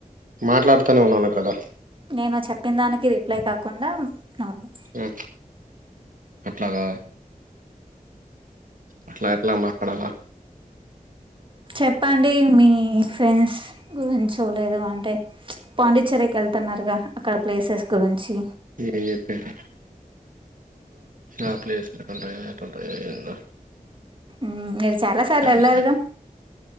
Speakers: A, on the right; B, on the right.
A: మాట్లాడుతనే ఉన్నాను కదా
B: నేను చెప్పిన దానికి రిప్లై కాకుండా నార్మల్
A: మ్ అట్లాగా అట్లా ఎట్లా మాట్లాడాలా
B: చెప్పండి మీ ఫ్రెండ్స్ గురించో లేదొ అంటే పాండిచ్చేరీకేళ్ ళ్తున్నారుగా అక్కడ ప్లేసెస్ గురించి
A: ఎం చెప్పేద్ ఆ ప్లేస్ ఏటుంటయో ఎటుంటయో ఏందో
B: మ్ మీరు చాలా సార్లు
A: ఎట్లుంటాయో
B: ఎల్లరుగా